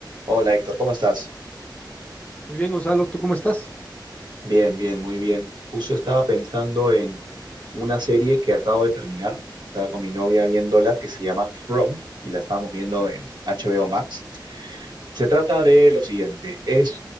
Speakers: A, on the right; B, on the left.
A: Hola Héctor, ¿cómo estás?
B: Muy bien, Gonzalo, ¿tú cómo estás?
A: Bien, bien, muy bien. Justo estaba pensando en una serie que acabo de terminar. Estaba con mi novia viéndola que se llama From y la estábamos viendo en HBO Max. Se trata de lo siguiente, es,